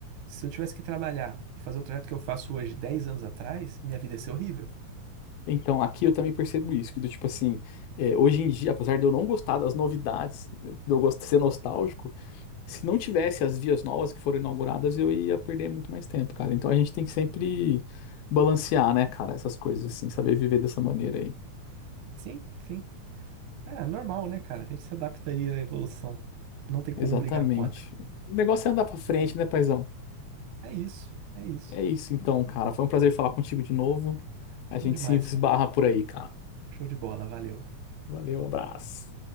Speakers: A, on the right; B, on the left.
A: se eu tivesse que trabalhar e fazer o trajeto que eu faço hoje, 10 anos atrás, minha vida ia ser horrível.
B: Então, aqui eu também percebo isso, que do tipo assim, é, hoje em dia, apesar de eu não gostar das novidades, de eu gosto de ser nostálgico, se não tivesse as vias novas que foram inauguradas, eu ia perder muito mais tempo, cara. Então a gente tem que sempre balancear, né, cara, essas coisas assim, saber viver dessa maneira aí.
A: Sim, sim. É normal, né, cara? A gente se adapta aí à evolução. Não tem como
B: Exatamente.
A: brigar contra.
B: O negócio é andar pra frente, né, paizão?
A: É isso, é isso.
B: É isso então, cara. Foi um prazer falar contigo de novo. A gente
A: Bom demais,
B: se esbarra
A: cara.
B: por aí, cara.
A: Show de bola, valeu.
B: Valeu, abraço.